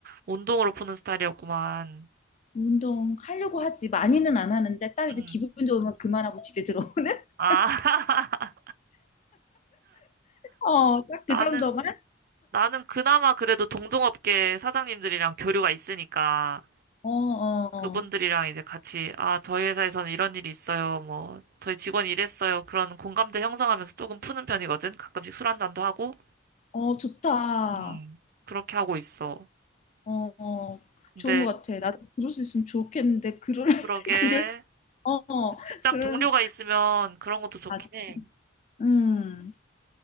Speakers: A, on the right; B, on the left.
A: 운동으로 푸는 스타일이었구만.
B: 운동 하려고 하지 많이는 안 하는데 딱
A: 응.
B: 이제 기분 좋으면 그만하고 집에 들어오는 <laughs>
A: 아, <laughs>
B: 어, 딱
A: 나는
B: 그 정도만
A: 나는 그나마 그래도 동종업계 사장님들이랑 교류가 있으니까
B: 어, 어, 어,
A: 그분들이랑 이제 같이 아, 저희 회사에서는 이런 일이 있어요. 뭐 저희 직원이 이랬어요. 그런 공감대 형성하면서 조금 푸는 편이거든. 가끔씩 술 한잔도 하고
B: 어, 좋다.
A: 음. 그렇게 하고 있어.
B: 어, 어,
A: 근데
B: 좋은 것 같아. 나도 그럴 수 있으면 좋겠는데 그럴 <laughs>
A: 그러게
B: 그럴 어, 어,
A: 직장
B: 그런
A: 동료가 있으면 그런 것도 좋긴
B: 아,
A: 해.
B: 음.